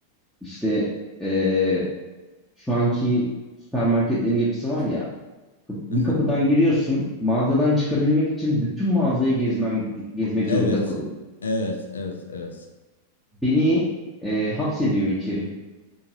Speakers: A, in the centre; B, on the left (about 70°).
A: işte eee, şu anki süpermarketlerin yapısı var ya, kap-
B: <laughs>
A: bir kapıdan
B: <laughs>
A: giriyorsun, mağazadan çıkabilmek için bütün mağazayı gezmem gezmek
B: Evet.
A: zorunda kalıyorum.
B: Evet, evet, evet.
A: Beni eee, hapsediyor içeri.